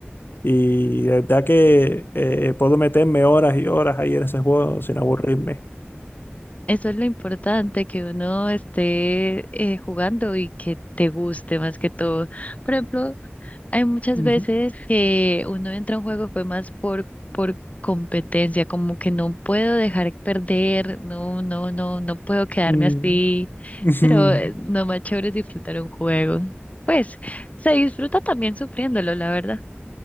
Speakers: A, on the left; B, on the left.
A: Y de verdad que eh, puedo meterme horas y horas ahí en ese juego sin aburrirme.
B: Eso es lo importante, que uno esté eh, jugando y que te guste más que todo. Por ejemplo, hay muchas
A: Ujú.
B: veces que uno entra a un juego fue más por, por competencia, como que no puedo dejar perder, no, no, no, no puedo quedarme
A: Mm.
B: así,
A: <laughs>
B: pero eh, no más chévere es disfrutar un juego. Pues se disfruta también sufriéndolo, la verdad.